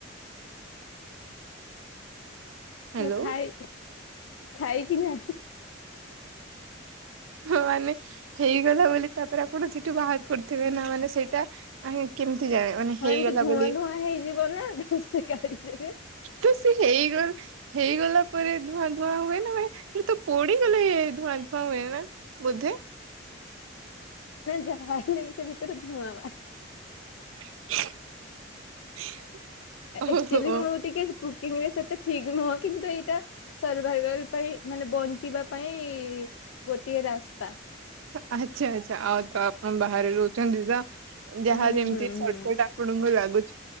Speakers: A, on the right; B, on the left.
A: ହ୍ୟାଲୋ
B: ମୁଁ ଖାଇ ଖାଇକି ନା।
A: ହଁ ମାନେ ହେଇଗଲା ବୋଲି ତାପରେ ଆପଣ ସେଇଠୁ ବାହାର କରୁଥିବେ ନା ମାନେ ସେଇଟା ଆ କେମିତି ଜାଣେ ମାନେ
B: ହଁ
A: ହେଇଗଲା
B: ଏମିତି ଧୂଆଁ
A: ବୋଲି
B: ଧୂଆଁ ହେଇଯିବ ନା ତ ସେ କାଢିଦେବେ।
A: ତ ସେ ହେଇଗଲା। ହେଇଗଲା ପରେ ଧୂଆଁ ଧୂଆଁ ହୁଏ ନ ହୁଏ ତ। ପୋଡିଗଲେ ଧୂଆଁ ଧୂଆ ହୁଏ ନା। ବୋଧେ।
B: ଜ। ଆଲେ ବିଷ ଭିତ୍ର ମୁଁ ଆ
A: <inaudible>
B: ଆକ୍ଚୁଆଲି
A: ଓହୋ
B: ମୁଁ ଟିକେ କୁକିଂରେ ସେତେ। ଠିକ୍ ନୁହଁ କିନ୍ତୁ ଏଇଟା ସର୍ଭାଇଭଲ ପାଇଁ ମାନେ ବ ଯିବା ପାଇଁ ଗୋଟିଏ ରାସ୍ତା।
A: ଆଚ୍ଛା ଆଚ୍ଛା ଆଉ ତପଣ ବାହାରେ ରହୁ ଚଛନ୍ତି ତ। ଯାହା
B: ହୁଁ
A: ଯେମିତି
B: ହୁଁ
A: ସଟକଟ
B: ହୁଁ
A: ଆପଣଙ୍କୁ ଲାଗୁଛି।